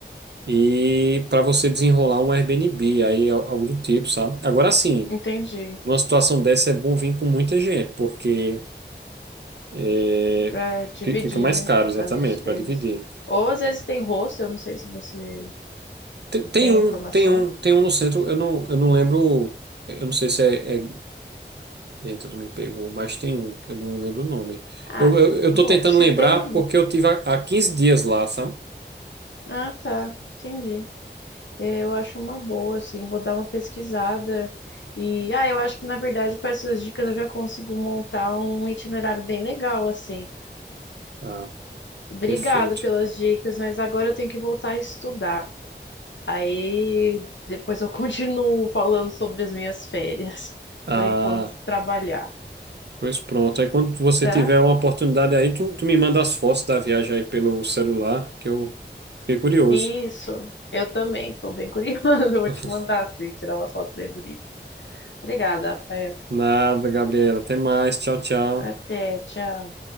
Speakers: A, on the right; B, on the left.
A: e para você desenrolar um Airbnb, aí al- algo do tipo, sabe? Agora sim,
B: entendi.
A: numa situação dessa é bom vir com muita gente, porque é,
B: Pra dividir,
A: fi- fica mais
B: né,
A: caro, exatamente,
B: as despesas.
A: para dividir.
B: Ou às vezes tem rosto, eu não sei se você
A: Tem, tem
B: tem
A: um,
B: informação.
A: tem um, tem um no centro, eu não, eu não lembro, eu não sei se é, é. Eita, tu me pegou, mas tem um, eu não lembro o nome.
B: Ah,
A: Eu, eu, eu
B: bom,
A: tô tentando
B: se
A: lembrar
B: tem, é bom.
A: porque eu tive há, há 15 dias lá, sabe?
B: Ah, tá, entendi. É, eu acho uma boa, assim, vou dar uma pesquisada. E, ah, eu acho que, na verdade, com essas dicas eu já consigo montar um itinerário bem legal, assim.
A: Ah,
B: Obrigada
A: perfeito.
B: pelas dicas, mas agora eu tenho que voltar a estudar. Aí depois eu <laughs> continuo falando sobre as minhas férias.
A: Ah,
B: Por enquanto, trabalhar,
A: pois pronto. Aí quando você
B: tá?
A: tiver uma oportunidade aí, tu, tu me manda as fotos da viagem aí pelo celular, que eu fiquei curioso.
B: Isso, eu também, tô bem curiosa. <laughs> Eu vou
A: <laughs>
B: te mandar, assim, tirar umas fotos bem bonitas. Obrigada, Rafael.
A: Nada, Gabriela. Até mais. Tchau, tchau.
B: Até, tchau.